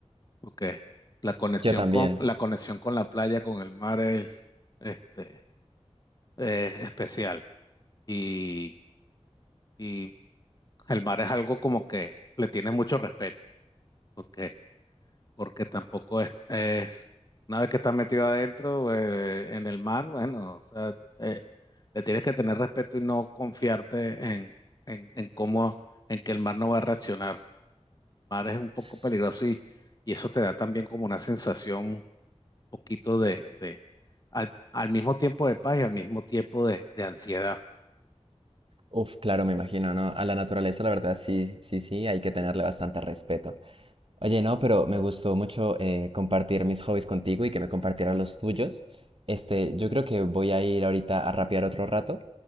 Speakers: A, on the left; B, on the right.
A: Porque la conexión
B: Yo también.
A: con, la conexión con la playa, con el mar es, este, es especial. Y, y el mar es algo como que le tienes mucho respeto. porque, porque tampoco es, es- una vez que estás metido adentro eh, en el mar, bueno, o sea, eh, le tienes que tener respeto y no confiarte en, en, en cómo, en que el mar no va a reaccionar. El mar es un poco
B: S-
A: peligroso y, y eso te da también como una sensación un poquito de, de al, al mismo tiempo de paz y al mismo tiempo de, de ansiedad.
B: Uf, claro, me imagino, ¿no? A la naturaleza, la verdad, sí, sí, sí, hay que tenerle bastante respeto. Oye, no, pero me gustó mucho eh, compartir mis hobbies contigo y que me compartieras los tuyos. Este, yo creo que voy a ir ahorita a rapear otro rato.